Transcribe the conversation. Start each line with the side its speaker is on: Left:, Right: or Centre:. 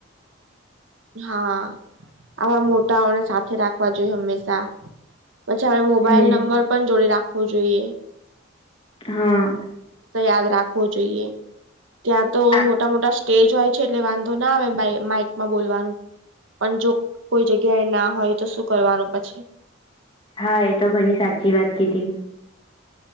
Right: હા. આવા મોટાઓ ને સાથે રાખવા જોઈએ હંમેશા. પછી હવે મોબાઈલ
Left: હમ
Right: નંબર પણ જોડે રાખવો જોઈએ.
Left: હા.
Right: યાદ રાખવો જોઈએ ત્યાં તો
Left: આપ
Right: મોટા મોટા સ ટેજ હોય છે એટલે વાંધો ના આવે માઇકમાં બોલવાનું. પણ જો કોઈ જગ્યાએ ના હોય તો શું કરવાનું પછી?
Left: હા, એ તો ઘણી સાચી વાત કીધી.